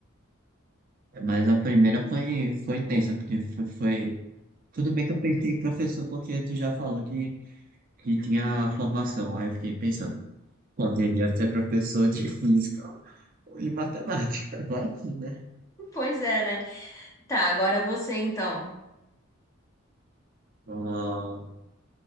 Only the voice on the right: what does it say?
mas a primeira foi, foi tensa, porque foi, foi- Tudo bem que eu pensei em professor, porque tu já falou que, que tinha formação. Aí eu fiquei pensando, poderia ser professor de <laughs> física ou de matemática. <laughs> Vai que, né?
Ah,